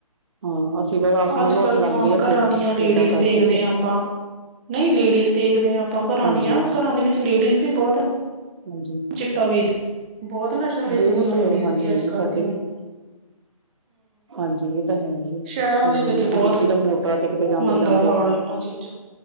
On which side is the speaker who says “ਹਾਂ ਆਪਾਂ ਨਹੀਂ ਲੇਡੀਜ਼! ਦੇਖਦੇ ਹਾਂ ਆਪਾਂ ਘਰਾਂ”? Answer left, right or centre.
Right